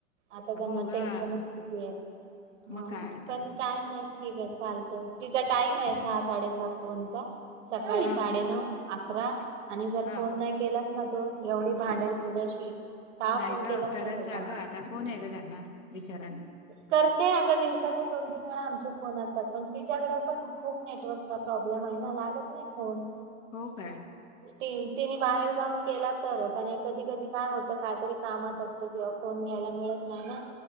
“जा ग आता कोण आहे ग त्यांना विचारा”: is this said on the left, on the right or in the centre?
Left